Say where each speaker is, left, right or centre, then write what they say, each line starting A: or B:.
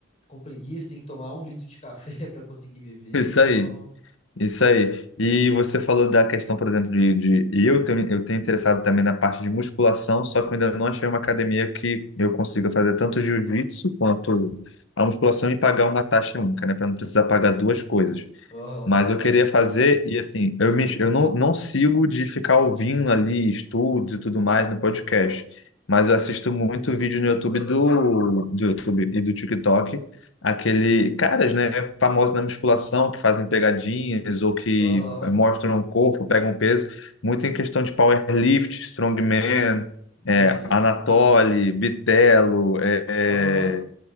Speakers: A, on the left (about 30°); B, on the left (about 70°).
A: com preguiça, tem que tomar um litro de café <laughs> pra conseguir viver,
B: Isso
A: então...
B: aí. Isso aí. E você falou da questão, por exemplo, de, de eu tenho, eu tenho interessado também na parte de musculação, só que eu ainda não achei uma academia que eu consiga fazer tanto jiu-jitsu quanto a musculação e pagar uma taxa única, né? Para não precisar pagar duas coisas.
A: Aham,
B: Mas eu queria fazer, e assim, eu, me, eu não, não sigo de ficar ouvindo ali estudos e tudo mais no podcast, mas eu assisto muito vídeo no YouTube do, do YouTube e do TikTok, aquele caras, né, famosos na musculação, que fazem pegadinhas ou que
A: aham,
B: mostram o corpo, pegam peso, muito em questão de powerlift, strongman,
A: entendi.
B: é, Anatoly,
A: Massa.
B: Bitelo, é, é,
A: Aham,